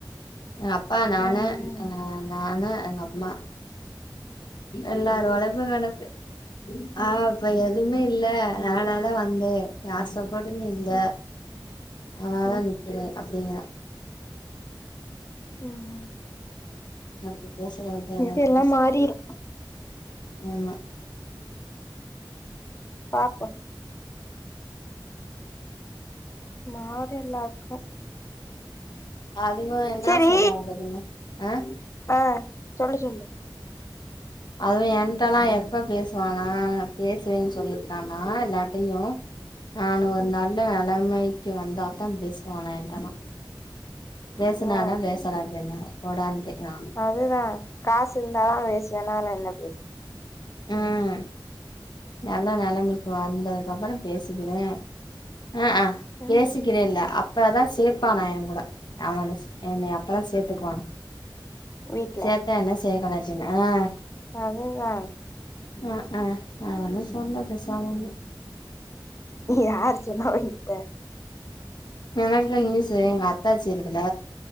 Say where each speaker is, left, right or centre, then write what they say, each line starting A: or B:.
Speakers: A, on the left; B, on the left.
A: எங்க அப்பா நானு
B: ம்
A: அ நானு எங்க அம்மா எல்லாரு உழைப்பு கெடக்கு ஆ இப்ப எதுவுமே இல்ல நானாதா வந்தே யார் சப்போர்டன்னு இல்ல
B: ம் ம்
A: ஆனால
B: ம்
A: நிர்கிறே அப்டிங்கிற
B: ம் ம்
A: அப்ப பேசறப்ப
B: இதெல்லா
A: பேச
B: மாறி இருக்கு
A: <unintelligible> ஆமா
B: பாப்போ மாரில்லாக்கு
A: அதுங்க என்ன
B: சரி
A: சொல்றாங்க தெரிமா ஆ
B: ஆ சொல்லு சொல்லு
A: அதுவு என்ட்டலா எப்போ பேசுவானா பேசுவேன்னு சொல்லியிருக்கான்னா எல்லாட்டையு நானு ஒரு
B: ம்
A: நல்ல நிலமைக்கு வந்தா தா பேசுவநா என்டலா பேசுனானா
B: ஓ
A: பேசலாட்டி என்ன போடா டே நா
B: அதுதா காசு இருந்தா தா பேசுவ வேண என்ன பேச
A: ம் நல்ல நிலைமைக்கு வந்ததுக்கு அப்புற பேசுிக்கிறே அ அ பேசுகிறேல்ல
B: ம்
A: அப் ப்பதா சேப்பானா எங்கூட அவனச் எனை அப்பதான் சேத்துக்வானா
B: வீட்ல
A: சேத்தா என்ன சேகலாச்சனா அ
B: அதுதா
A: அ அ அவுனு சொந்த பேசாமந்து
B: யாரு சொன்ன உங்கிட்ட
A: எனக்தா நியூசு எங்க அத்தாச்சி இருக்குல